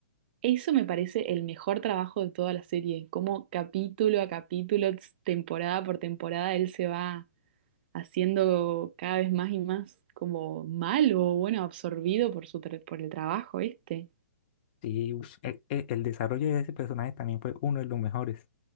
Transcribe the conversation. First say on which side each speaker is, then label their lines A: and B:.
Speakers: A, on the right; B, on the left.
A: Eso me parece el mejor trabajo de toda la serie, como capítulo a capítulo, ts- temporada por temporada, él se va haciendo cada vez más y más como malo, bueno, absorbido por su tra- por el trabajo este.
B: Sí, ush, e- e- el, desarrollo de ese personaje también fue uno de los mejores.